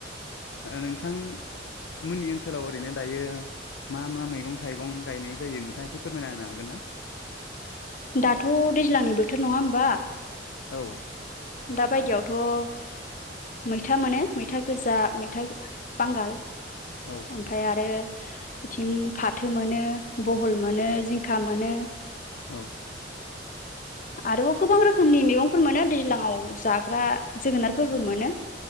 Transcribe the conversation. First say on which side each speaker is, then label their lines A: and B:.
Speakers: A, on the left (about 75°); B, on the left (about 45°).
A: नोंथांमोननि ओनसोलाव ओरैनो दायो मा मा मैगं थाइगं गायनाय जायो नोंथाङा एसे फोरमायना होननो हागोन ना
B: दाथ' दैज्लांनि बोथोर नङा होमबा
A: औ
B: दा बायदियावथ' मैथा मोनो मैथा गोजा मैथा गो बांगाल
A: औ
B: ओमफ्राय आरो बिथिं फाथो मोनो बहल मोनो जिंखा मोनो
A: औ
B: आरोबाव गोबां रोखोमनि मैगंफोर मोनो दैज्लांव जाग्रा जोगोनारफोरबो मोनो